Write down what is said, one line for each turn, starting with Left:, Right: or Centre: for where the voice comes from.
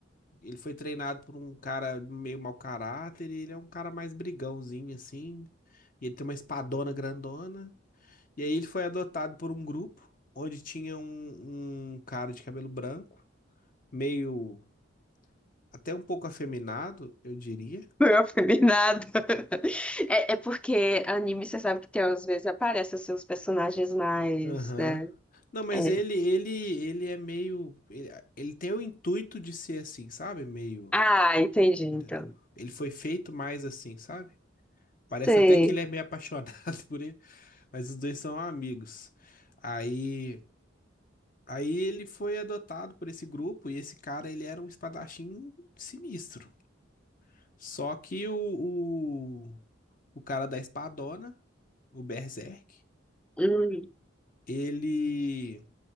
Left: Ele foi treinado por um cara meio mau caráter e ele é um cara mais brigãozinho, assim. E ele tem uma espadona grandona. E aí ele foi adotado por um grupo onde tinha um, um cara de cabelo branco, meio até um pouco afeminado, eu diria.
Centre: Não aprendi nada. <laughs> É, é porque anime, você sabe que tem, às vezes aparecem assim, os personagens mais,
Left: Aham.
Centre: né?
Left: Não, mas
Centre: É.
Left: ele ele ele é meio ele, ele tem o intuito de ser assim, sabe? Meio,
Centre: Ah, entendi, então.
Left: entendeu? Ele foi feito mais assim, sabe?
Centre: Sei.
Left: Parece até que ele é meio apaixonado <laughs> por ele, mas os dois são amigos. Aí aí ele foi adotado por esse grupo e esse cara ele era um espadachim sinistro. Só que o, o, o cara da espadona, o Berserk,
Centre: <laughs>
Left: ele.